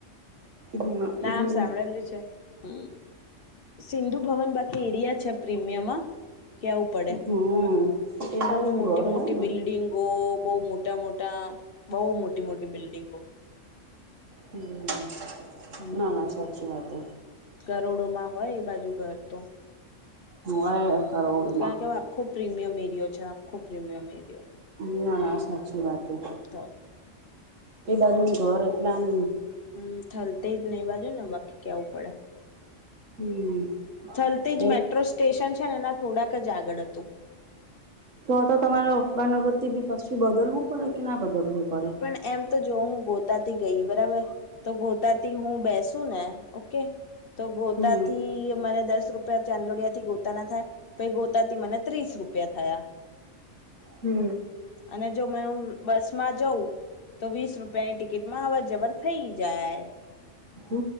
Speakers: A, on the right (about 85°); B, on the left (about 50°).
A: હમ હમ
B: નામ સાંભળેલું છે. હમ્મ સિંધુભવન બાકી એરિયા છે પ્રીમિયમ હ. કેવું પડે,
A: હમ એ બાજુ
B: બહુ મોટી
A: ઘર
B: મોટી
A: હોય ને
B: બિલ્ડિંગો. બહુ મોટા મોટા બહુ મોટી મોટી બિલ્ડિંગો.
A: હમ
B: હમ
A: ના ના સાચી વાત હ.
B: કરોડોમાં હોય એ બાજુ ઘર તો.
A: હોવે કરોડોમાં.
B: કારણ કે આખો પ્રીમિયમ એરિયો છે આખો પ્રીમિયમ એરિયો.
A: ના ના સાચી વાતે,
B: તો
A: એ બાજુનું ઘર એટલે આમ
B: હમ થલતેજને એ બાજુ ને બાકી કેવું પડે.
A: હમ.
B: થલતેજ
A: એ
B: મેટ્રો સ્ટેશન છે ને એના થોડાક જ આગળ હતું.
A: તો તો તમારે અખબાર નગરથી બી પસચી બદલવું પડે કે ના બદલવું? પડે
B: પણ એમ તો જો હું ગો ગોતાથી ગઈ બરાબર, તો ગોતાથી હું બેસું ને ઓકે. તો ગોતાથી
A: હમ
B: મને દશ રૂપિયા ચાંદોડિયાથી ગોતાના થાય, પહિ ગોતાથી મને ત્રીસ રૂપિયા થયા.
A: હમ
B: અને જો મે હું બસમાં જ જવું, તો વીસ રૂપિયાની ટિકિટમાં અવર જવર થઇ જાય.
A: હમ